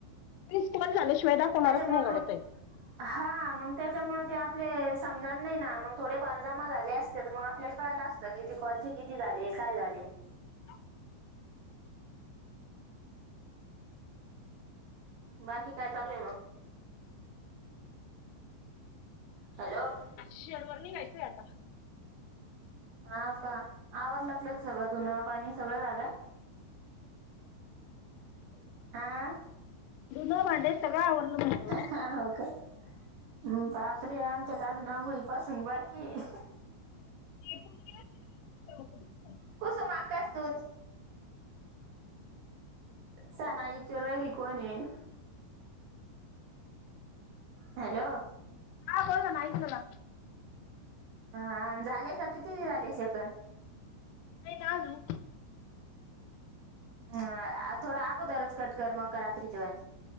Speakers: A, on the left (about 90°); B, on the right (about 70°).
A: वीस कॉल झाल्याशिवाय दाखवणारच
B: त्याच्यामुळं
A: नाही गड्या
B: मंग
A: ताई
B: हा मग त्याच्यामुळे ते आपले समजाणार नाही ना मग थोडेफार जमा झाले असते तर मग आपल्याला कळल असत किती कॉलचे किती झाले काय झाले.
A: <unintelligible>
B: बाकी काय चालू मग? हॅलो.
A: शणवारी निघायचं आता.
B: हाव का आवार की सगळं धुन पाणी सगळं झालं? हा
A: धुण भांडे सगळं आवरलं म्हणनल.
B: हा हो का. हम्म बापरे आमच्यात अजून आंघोळी पासून बाकी आहे.
A: <unintelligible>
B: कुसुमआक्काची सून सना इचारू राहिली कोण आहे? हॅलो.
A: हा बोलला ना <unintelligible>
B: हा झाले का किती झाले सेकंद?
A: नाही अजून.
B: हम्म थोडा आगोदरच कट कर मं रात्रीच्या वाणी.